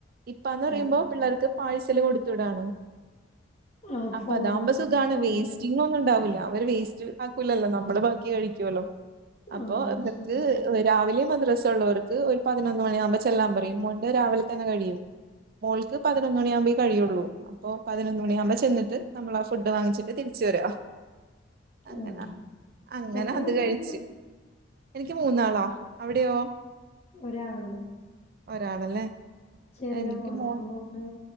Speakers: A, on the right; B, on the left.
A: ഇപ്പാന്ന് പറയുമ്പോ
B: ആഹ്
A: പിള്ളേർക്ക് പായ്സല് കൊടുത്ത് വിടാണ്.
B: ആഹ്
A: അപ്പതാവുമ്പോ
B: ഫോണ്ട്
A: സുഖാണ്
B: ചോറല്ലേ
A: വേസ്റ്റ് എന്ന് ഒന്നും ഉണ്ടാവുല അവര് വേസ്റ്റ് ആക്കൂലല്ലോ നമ്മള് ബാക്കി കഴിക്കോല്ലോ. അപ്പൊ
B: ആഹ്
A: വർക്ക്
B: ശരിയാ
A: <unintelligible> രാവിലെ മദ്രസള്ളോർക്ക് ഒരു പതിനൊന്ന് മണിയാകുമ്പോ ചെല്ലാ പറയും മോന്റെ രാവിലെ തന്നെ കഴിയും. മോൾക്ക് പതിനൊന്നണിയാവുമ്പഴേ കഴിയുള്ളൂ അപ്പൊ പതിനൊന്ന് മണിയാകുമ്പോ ചെന്നിട്ട് നമ്മളാ ഫുഡ് വാങ്ങിച്ചിട്ട് തിരിച്ച് വരാ. അങ്ങന
B: ആഹ്
A: അങ്ങനാ
B: എത്ര
A: അത്
B: കുട്ടികള്
A: കഴിച്ച്. എനിക്ക് മൂന്നാളാ അവിടെയോ
B: ഒരാളൊള്ളൂ
A: ഒരാളല്ലേ?
B: ചെറിയ
A: എനിക്ക്
B: മോന
A: മോൻ
B: മൂന്ന്